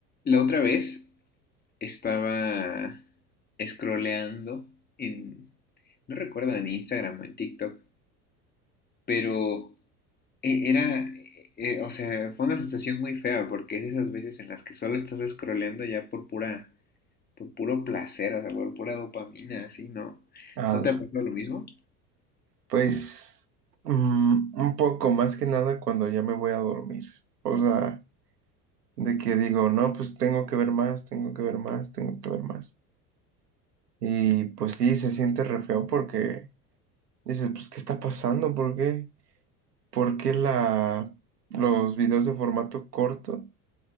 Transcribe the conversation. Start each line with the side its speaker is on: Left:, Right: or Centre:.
Left: La otra vez estaba scrolleando en, no recuerdo en Instagram o en TikTok, pero e- era, eh, o sea, fue una sensación muy fea porque es de esas veces en las que solo estás scrolleando ya por pura, por puro placer, o sea, por pura dopamina, así, ¿no?
Right: Ah,
Left: ¿No te ha pasado lo mismo?
Right: pues mm, un poco más que nada cuando ya me voy a dormir. O sea, de que digo, no, pues tengo que ver más, tengo que ver más, tengo que ver más. Y pues sí, se siente re feo porque dices, pues, ¿qué está pasando? ¿Por qué? ¿Por qué la, los videos de formato corto